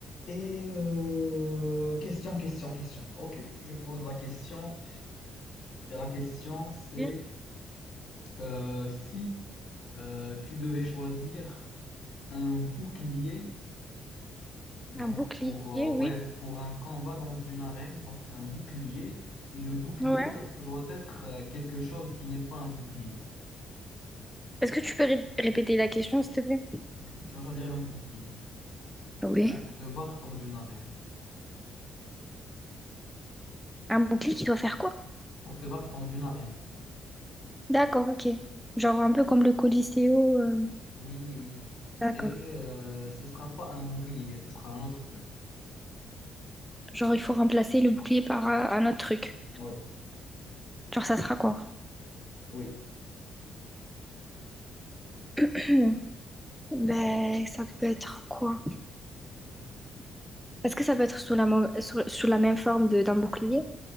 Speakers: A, on the left (about 65°); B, in the centre.
A: Et euh, question, question, question. Ok, je pose la question. Et la question, c'est
B: Un
A: euh, si euh, tu devais choisir un bouclier, donc
B: bouclier,
A: pour, euh,
B: oui.
A: ouais, pour un combat dans une arène, donc un bouclier, et le bouclier,
B: Ouais.
A: ça, ça doit être euh, quelque chose qui n'est pas un bouclier.
B: Est-ce que tu peux ré- répéter la question, s'il te plaît?
A: Du coup, tu vas choisir un bouclier
B: Oui.
A: pour te battre dans une arène.
B: Un bouclier qui doit faire quoi?
A: Pour te battre dans une arène.
B: D'accord, ok. Genre un peu comme le Coliseo. euh,
A: Oui, oui.
B: D'accord.
A: Et euh, ce sera pas un bouclier, ce sera un autre truc.
B: Genre il faut remplacer le bouclier par euh, un autre truc.
A: Oui.
B: Genre ça sera quoi?
A: Oui.
B: <clears throat> Ben ça peut être quoi? Est-ce que ça peut être sous la, mo- sous, sous la même forme de- d'un bouclier?